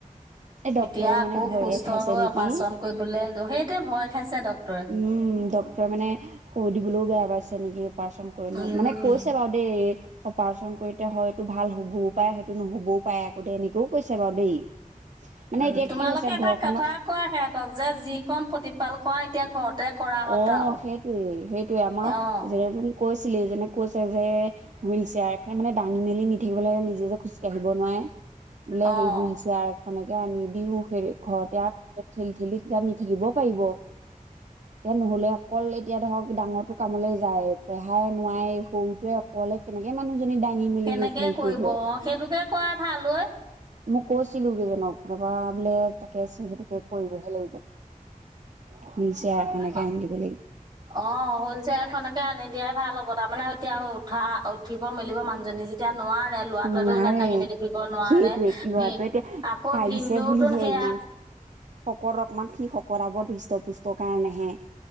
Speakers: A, on the right; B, on the right.
A: এই ডক্তৰেও
B: এতিয়া
A: মানে
B: আকৌ
A: ভয়ে
B: সুস্থ
A: খাইছে
B: হৈ
A: নেকি
B: অপাৰেচন কৰিবলে সেইটোৱে ভয় খাইছে ডক্তৰে।
A: উম, ডক্তৰে মানে কৈ দিবলেও বেয়া পাইছে নেকি। অপাৰেচন কৰি লওঁ,
B: উম।
A: মানে কৈছে বাৰু দেই এই সপ অপাৰেচন কৰিতে হয়তো ভাল হ'বও পাৰে হয়তো নহ'বও পাৰে আকৌ দে এনেকৈও কৈছে বাৰু দেই। মানে
B: উম,
A: এতিয়া
B: তোমালোকে
A: কি হৈছে
B: এটা
A: ঘৰখনৰ
B: কথা কোৱা সিহঁতক যে, যি কণ প্ৰতিপাল কৰা এতিয়া ঘৰতে কৰাহঁত
A: অ',
B: আৰু
A: সেইটোৱে-সেইটোৱে আমাৰ
B: অ'
A: <unintelligible> কৈছিলেই এইজনে কৈছে যে হুইল চেয়াৰ এখনে মানে দাঙি মেলি নি থাকিব লাগে নিজে যে খোজকাঢ়িব নোৱাৰে। বোলে
B: অ'
A: হেৰি হুইল চেয়াৰ খনেকে আনি দিও সেই ঘৰতে আৰু <unintelligible> ঠেলি-ঠেলি তেতিয়া নি থাকিব পাৰিব। এ নহলে অকল এতিয়া ধৰক ডাঙৰটো কামলে যায়, পেহাই নোৱাৰেই সৰুটোৱে অকলে কেনেকে মানুহ <unintelligible> দাঙি মেলি
B: কেনেকে
A: হে-হেৰি কৰিব
B: অ' সেইটোকে কৰাই
A: <inaudible>
B: ভাল ঐ
A: মই কৈছিলো কেইজনক তাপা বোলে তাকে চে-সেইটোকে- কৰিবহে লাগিব <unintelligible>
B: <unintelligible>
A: আনি দিব লাগিব
B: অ', হুইল চেয়াৰ এখনে কে আনি দিয়াই ভাল হ'ব তাৰমানে এতিয়া উঠা-উঠিব মেলিব মানুহজনী যেত এতিয়া নোৱাৰে লৰাটোৱেতো
A: নোৱাৰে
B: ইমান দাঙি মেলি ফূৰিব নোৱাৰে,
A: সেইটোৱে ল'ৰাটোৱে
B: ভি
A: এতিয়া
B: আকৌ
A: পাৰিছে
B: ভিনদেউটোন সেয়া
A: <inaudible> শকত অকমান সি শকত আবত সুষ্টপুষ্ট কাৰণেহে।